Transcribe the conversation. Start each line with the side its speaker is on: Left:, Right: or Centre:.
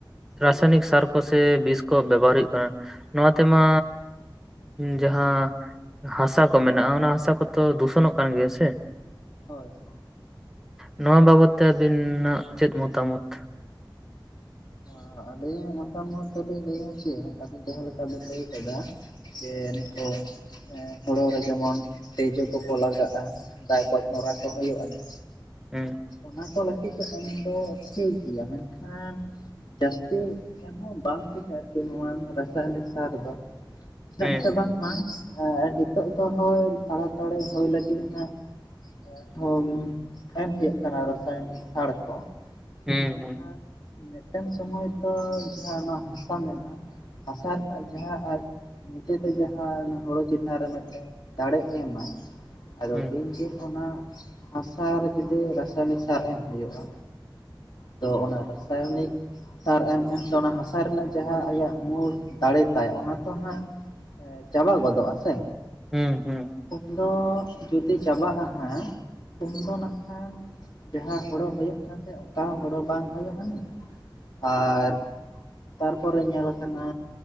Centre: ᱨᱟᱥᱟᱭᱱᱤᱠ ᱥᱟᱨ ᱠᱚ ᱥᱮ ᱵᱤᱥ ᱠᱚ ᱵᱮᱵᱚᱦᱟᱨ ᱦᱩᱭᱩᱜ ᱠᱟᱱᱟ, ᱱᱚᱣᱟ ᱛᱮᱢᱟ ᱡᱟᱦᱟᱸ ᱦᱟᱥᱟ ᱠᱚ ᱢᱮᱱᱟᱜ-ᱟ ᱚᱱᱟ ᱦᱟᱥᱟ ᱠᱚᱫᱚ ᱫᱩᱥᱚᱱᱚᱜ ᱠᱟᱱ ᱜᱮᱭᱟ ᱥᱮ?
Left: ᱦᱳᱭ ᱦᱩᱸ᱾
Centre: ᱱᱚᱣᱟ ᱵᱟᱵᱚᱛ ᱛᱮ ᱟᱹᱵᱤᱱᱟᱜ ᱪᱮᱫ ᱢᱚᱛᱟᱢᱚᱛ?
Left: ᱟ ᱟᱞᱤᱭᱟᱜ ᱢᱚᱛᱟᱢᱚᱛ ᱫᱚ ᱞᱤᱧ ᱞᱟᱹᱭᱟ ᱪᱮᱜ, ᱟᱹᱵᱤᱱ ᱡᱟᱦᱟᱸᱞᱮᱠᱟ ᱵᱤᱱ ᱞᱟᱹᱭ ᱠᱮᱫᱟ᱾ ᱡᱮ ᱱᱚᱜ-ᱚ᱾ ᱮᱸ ᱦᱳᱲᱳ ᱨᱮ ᱡᱮᱢᱚᱱ ᱛᱤᱡᱳ ᱠᱚᱠᱚ ᱞᱟᱜᱟᱜᱼᱟ, ᱫᱟᱭ ᱜᱚᱡᱽ ᱢᱚᱨᱟ ᱠᱚ ᱦᱩᱭᱩᱜ ᱟᱹᱱᱤᱡ᱾
Centre: ᱦᱩᱸ᱾
Left: ᱚᱱᱟ ᱠᱚ ᱞᱟᱹᱜᱤᱫ ᱫᱚ ᱮᱢᱫᱚ ᱴᱷᱤᱠ ᱜᱮᱭᱟ, ᱢᱮᱱᱠᱷᱟᱱ ᱡᱟᱹᱥᱛᱤ ᱮᱢᱦᱚᱸ ᱵᱟᱝ ᱴᱷᱤᱠᱟ ᱟᱨᱠᱤ ᱱᱚᱣᱟ ᱮᱱᱟ ᱨᱟᱥᱟᱭᱚᱱᱤᱠ ᱥᱟᱨ ᱫᱚ᱾ ᱪᱮᱫᱟᱜ
Centre: ᱦᱩᱸ
Left: ᱪᱚ ᱵᱟᱝᱢᱟ ᱮ ᱱᱤᱛᱚᱜ ᱫᱚ ᱦᱳᱭ ᱛᱟᱲᱟᱛᱟᱲᱤ ᱦᱳᱭ ᱞᱟᱹᱜᱤᱫ ᱦᱟᱸᱜ ᱚ ᱡᱚᱢ ᱮᱢ ᱦᱩᱭᱩᱜ ᱠᱟᱱᱟ ᱨᱚᱥᱟᱭᱚᱱᱤᱠ ᱥᱟᱲ ᱠᱚ,
Centre: ᱦᱩᱸ
Left: ᱢᱮᱱᱠᱷᱟᱱ
Centre: ᱦᱩᱸ
Left: ᱢᱤᱜᱴᱟᱝ ᱥᱩᱢᱚᱭ ᱛᱚ ᱡᱟᱦᱟ ᱚᱱᱟ ᱦᱟᱥᱟ ᱢᱮᱱᱟᱜᱼᱟ ᱦᱟᱥᱟ ᱨᱮᱱᱟᱜ ᱡᱟᱦᱟᱸ ᱟᱡ ᱱᱤᱡᱮ ᱛᱮ ᱡᱟᱦᱟᱸ ᱚᱱᱟ ᱦᱳᱲᱳ ᱪᱮᱛᱟᱱ ᱨᱮ ᱢᱤᱜᱴᱮᱱ ᱫᱟᱲᱮ ᱮᱢᱟ᱾ ᱟᱫᱚ
Centre: ᱦᱩᱸ
Left: ᱫᱤᱱ ᱫᱤᱱ ᱚᱱᱟ ᱦᱟᱥᱟ ᱨᱮ ᱡᱩᱫᱤ ᱨᱟᱥᱟᱭᱚᱱᱤᱠ ᱥᱟᱨ ᱮᱢ ᱦᱩᱭᱩᱜᱼᱟ᱾ ᱛᱚ ᱚᱱᱟ ᱨᱟᱥᱟᱭᱚᱱᱤᱠ ᱛᱟᱨ ᱮᱢ ᱮᱢᱛᱮ ᱚᱱᱟ ᱦᱟᱥᱟ ᱨᱮᱱᱟᱜ ᱡᱟᱦᱟᱸ ᱟᱭᱟᱜ ᱢᱩᱲ ᱫᱟᱲᱮ ᱛᱟᱭ ᱚᱱᱟ ᱛᱚ ᱦᱟᱸᱜ ᱮ ᱪᱟᱵᱟ ᱜᱚᱫᱚᱜᱼᱟ ᱥᱮ᱾
Centre: ᱦᱩᱸᱼᱦᱩᱸ᱾
Left: ᱩᱱ ᱫᱚ ᱡᱩᱫᱤ ᱪᱟᱵᱟᱜᱼᱟ ᱦᱟᱸᱜ, ᱩᱱ ᱫᱚ ᱱᱟᱜ ᱠᱷᱟᱱ ᱡᱟᱦᱟᱸ ᱦᱳᱲᱳ ᱦᱚᱭᱚᱜ ᱠᱟᱱ ᱛᱟᱦᱮᱸ, ᱚᱝᱠᱟ ᱦᱚᱸ ᱦᱳᱲᱳ ᱵᱟᱝ ᱦᱚᱭᱚᱜ ᱟᱹᱱᱤᱡ ᱟᱨ ᱛᱟᱨᱯᱚᱨᱮ ᱧᱮᱞ ᱟᱠᱟᱱᱟ